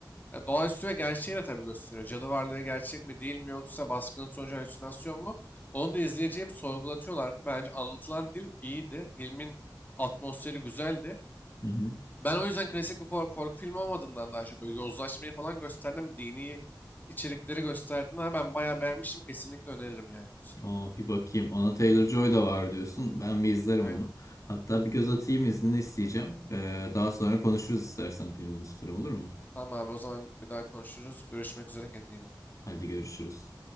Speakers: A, on the left; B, on the left.
A: Ya doğaüstü ve gerçeği de tabii gösteriyor. Cadı varlığı gerçek mi değil mi yoksa baskının sonucu halüsinasyon mu? Onu da izleyeceğim sorgulatıyorlardı. Bence anlatılan dil iyiydi. Filmin atmosferi güzeldi.
B: Hı hı.
A: Ben o yüzden klasik bir for- korku filmi olmadığından daha çok böyle yozlaşmayı falan gösterdim. Dini içerikleri gösterdiğinden ben bayağı beğenmiştim. Kesinlikle öneririm yani. o
B: Aa, bir bakayım. Anna Taylor-Joy da var diyorsun. Ben bir izlerim
A: Aynen.
B: onu. Hatta bir göz atayım iznini isteyeceğim. Ee, daha sonra konuşuruz istersen filmin üstüne olur mu?
A: Tamam abi o zaman bir daha konuşuruz. Görüşmek üzere kendine iyi bak.
B: Hadi görüşürüz.